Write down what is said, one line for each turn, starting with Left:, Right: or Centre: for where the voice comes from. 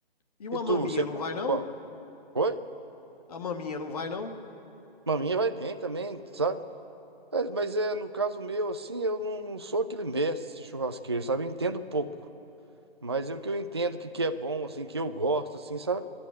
Left: E uma
Right: E tu,
Left: maminha
Right: você gosta
Left: não vai,
Right: de
Left: não?
Right: qual? Oi?
Left: A maminha não vai, não?
Right: Maminha vai bem também, sabe? Mas, mas é, no caso meu, assim, eu não, não sou aquele mestre churrasqueiro, sabe? Eu entendo pouco. Mas é o que eu entendo que, que é bom, assim, que eu gosto, assim, sabe?